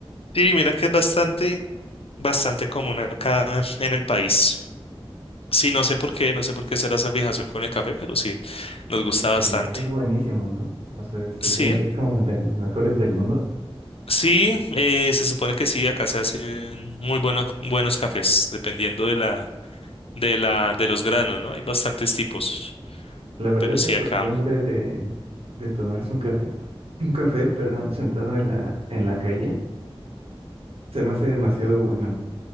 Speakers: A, on the left (about 70°); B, on the right (about 75°).
A: Sí, mira que es bastante, bastante común acá en el país. Sí, no sé por qué, no sé por qué será esa fijación con el café, pero sí, nos gusta
B: Porque
A: bastante.
B: es buenísimo, ¿no? O sea, se
A: Sí,
B: supone que es como de los mejores del mundo.
A: sí, eh, se supone que sí, acá se hacen muy buenos, buenos cafés, dependiendo de la, de la, de los granos, ¿no? Hay bastantes tipos,
B: La verdad
A: pero
B: es
A: sí,
B: la costumbre
A: acá,
B: de, de tomarse un café, un café, perdón, sentado en la, en la calle, se me hace demasiado bueno.